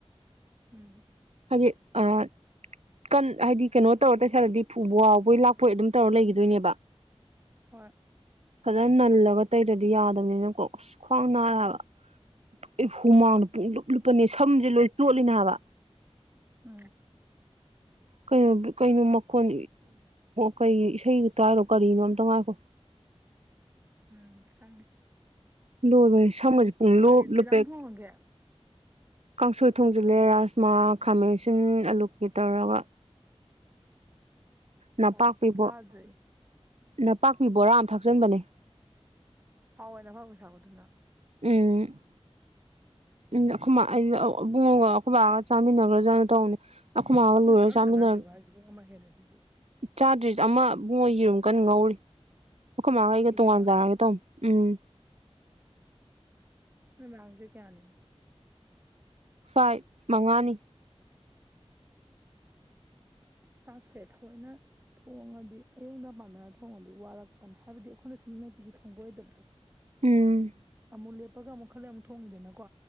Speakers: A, on the right; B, on the right.
A: ꯎꯝ
B: ꯍꯥꯏ ꯑ ꯀꯟ ꯍꯥꯏꯗꯤ ꯀꯩꯅꯣ ꯇꯧꯔ ꯇꯧꯁꯥꯜꯂꯗꯤ ꯐꯨꯕ ꯋꯥꯕꯣꯏ ꯂꯥꯛꯄꯣꯏ ꯑꯗꯨꯝ ꯇꯧꯔ ꯂꯩꯈꯤꯗꯣꯏꯅꯦꯕ
A: ꯍꯣꯏ
B: ꯐꯖꯅ ꯅꯜꯂꯒ ꯇꯩꯔꯗꯤ ꯌꯥꯗꯕꯅꯤꯅꯀꯣ ꯑꯁ ꯈ꯭ꯋꯥꯡ ꯅꯥꯔꯦꯕ ꯑꯩ ꯍꯨꯃꯥꯎꯅ ꯄꯨꯡ ꯂꯨꯞ ꯂꯨꯞꯄꯅꯦ ꯁꯝꯁꯦ ꯂꯣꯏꯅ ꯇꯣꯠꯂꯤ ꯍꯥꯏꯕ
A: ꯎꯝ
B: ꯀꯩꯅꯣ ꯀꯩꯅꯣ ꯃꯈꯣꯟ ꯀꯩ ꯏꯁꯩ ꯇꯥꯏꯔꯣ ꯀꯔꯤꯅꯣ ꯑꯝꯇ ꯉꯥꯏꯈꯣ
A: ꯎ ꯈꯪꯅꯤ
B: ꯂꯣꯏꯕ ꯁꯝꯒꯁꯦ ꯄꯨꯡ ꯂꯣꯞ
A: ꯀꯩ
B: ꯂꯨꯄꯦꯛ
A: ꯀꯩꯖꯥꯡ ꯊꯣꯡꯉꯒꯦ
B: ꯀꯥꯡꯁꯣꯏ ꯊꯣꯡꯖꯤꯜꯂꯦ ꯔꯥꯥꯁꯃꯥ ꯈꯥꯃꯦꯟꯁꯤꯟ ꯑꯂꯨ ꯀꯀꯩ ꯇꯧꯔꯒ ꯅꯄꯥꯛꯄꯤꯕꯣ
A: ꯆꯥꯛ ꯆꯥꯗ꯭ꯔꯤ
B: ꯅꯄꯥꯛꯄꯤꯕꯣꯔꯥ ꯊꯛꯆꯟꯕꯅꯦ
A: ꯍꯥꯎꯋꯦ ꯅ ꯐꯕꯨ ꯁꯥꯎꯕꯗꯨꯅ
B: ꯎꯝ ꯎ ꯏꯕꯨꯡꯉꯒ ꯑꯩꯈꯣꯏꯕꯥꯒ ꯆꯥꯃꯤꯟꯅꯈ꯭ꯔꯥꯖꯥꯅ ꯇꯧꯅꯤ ꯑꯩꯈꯣꯏꯃꯒ
A: ꯅꯣꯏ
B: ꯂꯣꯏꯔꯒ
A: ꯆꯥꯛ ꯑꯃ
B: ꯆꯥꯃꯤꯟꯅꯔꯒꯦ
A: ꯆꯥꯟꯅꯗ꯭ꯔꯤꯕ ꯍꯥꯏꯁꯤ ꯄꯨꯡ ꯑꯃ ꯍꯦꯜꯂꯦ ꯁꯤꯗꯤ
B: ꯆꯥꯗ꯭ꯔꯤ ꯑꯃ ꯏꯕꯨꯡꯉꯣ ꯌꯦꯔꯨꯝ ꯀꯟꯅ ꯉꯧꯔꯤ ꯃꯈꯣꯏ ꯃꯥꯒ ꯑꯩꯒ
A: ꯌꯦꯔꯨꯝꯃ
B: ꯇꯣꯉꯥꯟ ꯆꯥꯔꯒꯦ ꯇꯧꯅꯤ ꯎꯝ
A: ꯅꯣꯏ ꯃꯥꯥ ꯉꯁꯤ ꯀꯌꯥꯅꯤꯅ
B: ꯐꯥꯏꯐ ꯃꯉꯥꯅꯤ
A: ꯆꯥꯛꯁꯦ ꯊꯧꯑꯣꯏꯅ ꯊꯣꯡꯉꯗꯤ ꯑꯌꯨꯡ ꯅꯨꯡꯗꯥꯡ ꯃꯥꯟꯅꯔꯒ ꯊꯣꯡꯉꯗꯤ ꯋꯥꯔꯛꯄꯅꯦ ꯍꯥꯏꯕꯗꯤ ꯑꯩꯈꯣꯏꯅ ꯁꯨꯝ ꯅꯨꯡꯇꯤꯒꯤ ꯊꯣꯡꯕ ꯑꯣꯏꯗꯕꯗꯣ
B: ꯎꯝ
A: ꯃꯨ ꯂꯦꯞꯄꯒ ꯈꯜꯂ ꯑꯃꯨꯛ ꯊꯣꯡꯉꯤꯗꯅꯀꯣ